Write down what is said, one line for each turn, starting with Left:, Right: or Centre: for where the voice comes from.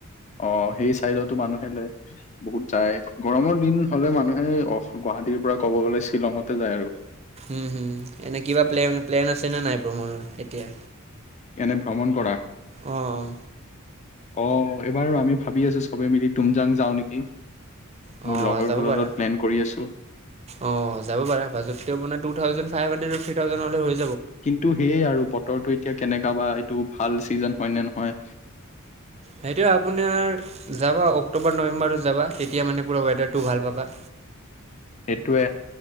Left: অ সেই চাইডতো মানুহে বহুত ত যায় গৰমৰ দিন হলে মানুহে অ গুৱাহাটীৰ পৰা ক'ব গ'লে শ্বিলঙতে যায় আৰু
Right: উম হম এনে কিবা প্লেন প্লেন আছে নে নাই ভ্ৰমণৰ এতিয়া
Left: এনে ভ্ৰমণ কৰা
Right: অঁ অঁ
Left: অ এইবাৰ আমি ভাবি আছো চবে মিলি তুমজাং যাও নেকি।
Right: অ
Left: মোৰ লগৰবোৰৰ
Right: যাব পাৰা
Left: লগত প্লেন কৰি আছো
Right: অ যাব পাৰা থ ফাইভ সন্দেৰ্ড থ্ৰী থাউজেণ্ড' পৰি
Left: কিন্তু সেয়ে আৰু বতৰটো এতিয়া কেনেককা বা এইটো ভাল চিজন হয় নে নহয়
Right: সেইটো আপোনাৰ যাবা অক্টোবৰ নৱেম্বৰত যাবা তেতিয়া মানে পুৰা ৱেডাৰটো ভাল পাবা।
Left: সেইটোৱে